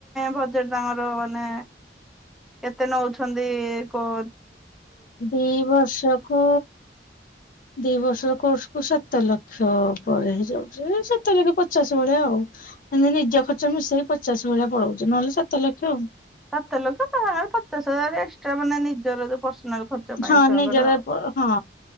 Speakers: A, in the centre; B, on the left (about 50°).
A: ବଜେଟ ତାଙ୍କର ମାନେ କେତେ ନଉଛନ୍ତି କ
B: ଦି ବର୍ଷକୁ ଦି ବର୍ଷ କୁ ସାତ ଲକ୍ଷ ପରେ ହେଇଯାଉଛି ସାତ ଲକ୍ଷ ପଚାଶ ଭଳିଆ ଆଉ ଏତି ନିଜ ଖର୍ଚ୍ଚ ମିଶେଇ ପଚାଶ ଭଳିଆ ପଳଉଛି ନହେଲେ ସାତ ଲକ୍ଷ ଆଉ।
A: ସାତ ଲୋକ ତ ସାଙ୍ଗରେ ପଚାଶ ହଜାର ଏକ୍ସଟ୍ରା ମାନେ ନିଜର ଯୋଉ ପର୍ସନାଲ ଖର୍ଚ୍ଚ ପାଇଁ
B: ହଁ
A: ଛୁଆଙ୍କର
B: ନିଜର ହଁ